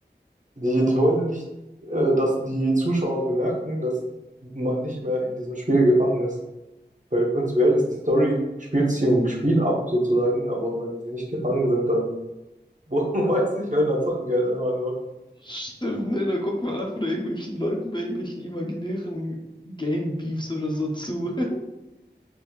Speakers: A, on the right; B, on the left.
A: Die, die wollen nicht, äh, dass die Zuschauer bemerken, dass man nicht mehr in diesem Spiel gefangen ist. Weil prinzipiell ist die Story, spielt sich im Spiel ab sozusagen, aber wenn sie nicht gefangen sind, dann <laughs> weiß ich, wenn, dann zocken die halt einfach nur.
B: Stimmt, ne? Da guckt man einfach nur irgendwelchen Leuten bei irgendwelchen imaginären Game-Beefs oder so zu. <laughs>